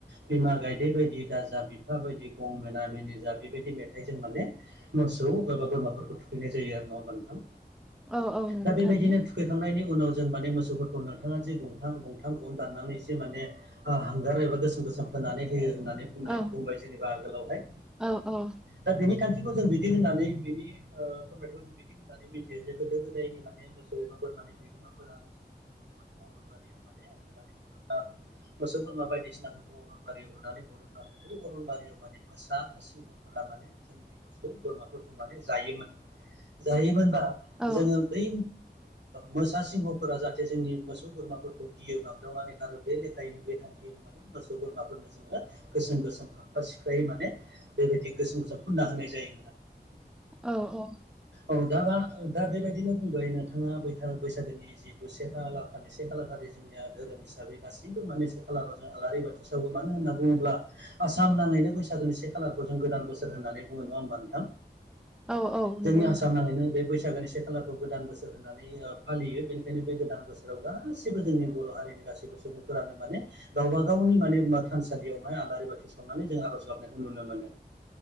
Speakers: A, on the right; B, in the centre.
A: बिमा गायदै बायदि दाजा बिफा बायदि गं मना मिेनि जा बेबायदि मेथाइजों माने मोसौ एबा बोरमाफोरखौ थुखैनाय जायो आरो नडा होनबा नोंथां
B: औ औ नंगौ
A: दा बेबायदिनो
B: थारैनो
A: थुखैखांनायनि उनाव जों माने मोसौफोरखौ नोंथाङा जि गथ गंथाम गन दाननानै माने हांगार एबा गोसोम गोसोम फो होनानै होयो होननानै बुंनाय
B: औ
A: बुंबाय जेनेबा आगोलावहाय
B: औ औ
A: दा बेनि जों बिदि होननानै बिनि फोरमायथायखौ जों बिदि होननानै मिथियो जे गोदो गोदायनि माने मोसौ एबा बोरमा मे बिगोमाफोरा मोसौ मोसाफोरखौ माने अरनबारियाव माने होनानै हरोमोन न आरो मोसौ बोरमा बायदिसिना बायसिनाफोरखौ अरनबारियाव होनानै हरोब्लाथ बै अरनबारियाव माने मोसा सिंहफोरा माने जोंनि मोसौ बोरमाफोरखौ माने जायोमोन जायोमोनबा
B: औ
A: जोङो बै मोसा सिंहफोरा जाहाथे जोंनि मोसौ बोरमाफोरखौ गियो बागदावनानै खारो बे लेखायैनो बे थांख माने मोसौ बोरमाफोरनो जोङो गोसोम गोसोम फाख्रा सिख्रायै माने बेबायदि गोसोम गोसोम हुना होनाय जायो
B: औ औ
A: औ दा दा बेबायदिनो बुंबाय नोंथाङा बैसागोनि जिथु से खालार खालि से खालार खालि जोंनि धोरोम हिसाबै गासैबो मान खालाराव जों आलारि बाथि सावो मानो होनना बुङोब्ला आसाम आाङैनो बैसागोननि एसे खालारखौ जों गोदान बोसोर होननानै बुो नङा होनोमबा नोंथां
B: औ औ
A: जोंनि
B: नंगौ
A: आसाम
B: नोंथां
A: नाङैनो बे बैसागोनि से खालारखौ गोदान बोसोर होननानै फालियो बेनिखायनो बे गोदान बोसोराव गाैबो जोंनि बर' हारिनि गासैबो सुबुंफोरानो माने गावबा गावनि माने थानसालियाव माय आलारि बाथि सावनानै जों आर'ज गाबनायखौ नुनो मोनो मोनो